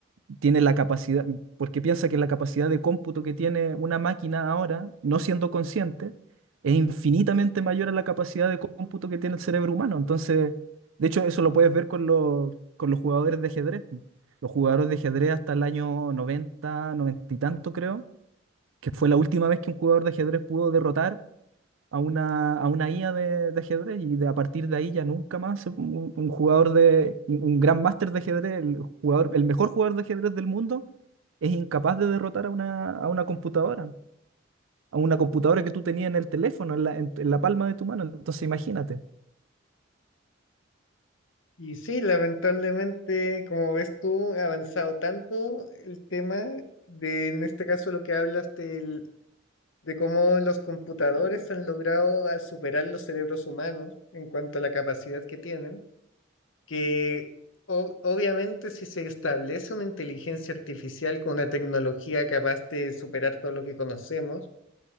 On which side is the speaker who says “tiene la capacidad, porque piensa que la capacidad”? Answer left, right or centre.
Right